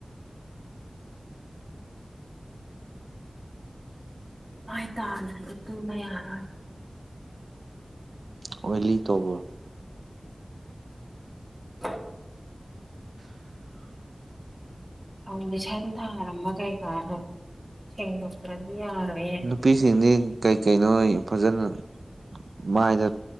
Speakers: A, on the right; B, on the right.
A: ꯃꯥꯏ ꯇꯥꯗ꯭ꯔꯗꯤ ꯇꯨꯝꯕ ꯌꯥꯔꯣꯏ
B: ꯑꯣꯏꯂꯤ ꯇꯧꯕ꯭ꯔꯣ
A: ꯎꯝ
B: <inaudible>
A: ꯐꯥꯎꯟꯗꯦꯁꯟ ꯊꯥꯔꯝꯕ ꯀꯩꯀꯥꯗꯨ ꯁꯦꯡꯗꯣꯛꯇ꯭ꯔꯗꯤ ꯌꯥꯔꯣꯏꯌꯦ
B: ꯅꯨꯄꯤꯁꯤꯡꯗꯤ ꯀꯩ ꯀꯩꯅꯣ ꯐꯖꯅ ꯃꯥꯏꯗ